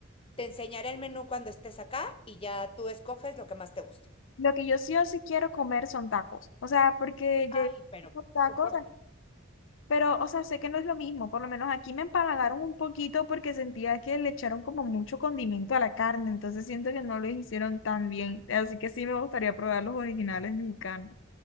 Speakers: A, on the left; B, on the left.
A: te enseñaré el menú cuando estés acá y ya tú escoges lo que más te guste.
B: Lo que yo sí o sí quiero comer son tacos. O sea, porque llevo
A: Ay, Pero
B: tacos,
A: tú, por...
B: ah, pero, o sea, sé que no es lo mismo. Por lo menos aquí me empalagaron un poquito porque sentía que le echaron como mucho condimento a la carne. Entonces siento que no lo hicieron tan bien. Así que sí me gustaría probar los originales mexicanos.